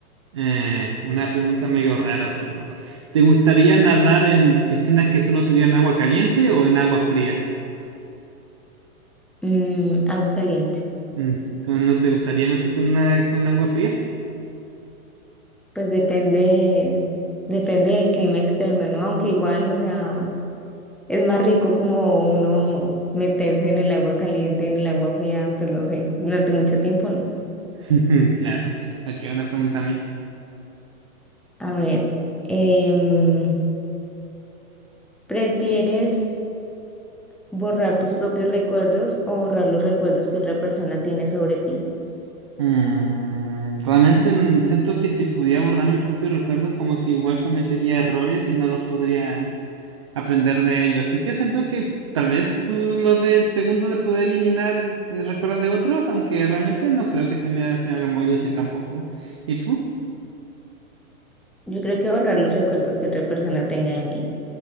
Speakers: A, on the right; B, in the centre.
A: Eh, una pregunta medio rara, pero ¿te gustaría nadar en piscinas que solo tuvieran agua caliente o en agua fría?
B: Mm, agua caliente.
A: Mm, ¿cómo ¿No te gustaría meterte en una con agua fría?
B: Pues depende, depende del clima externo, ¿no? Aunque igual, o sea, es más rico como uno meterse en el agua caliente, en el agua fría, pues no sé, durante mucho tiempo, ¿no?
A: <laughs> Claro. Ok, una pregunta a mí.
B: A ver, em, ¿prefieres borrar tus propios recuerdos o borrar los recuerdos que otra persona tiene sobre ti?
A: Mm, realmente mm, siento que si pudiera borrar mis propios recuerdos, como que igual cometería errores y no los podría aprender de ello. Así que siento que tal vez uh, lo del segundo de poder eliminar eh, recuerdos de otros, aunque realmente no creo que se me, se me haga muy útil tampoco. ¿Y tú?
B: Yo creo que borrar los recuerdos que otra persona tenga de mí.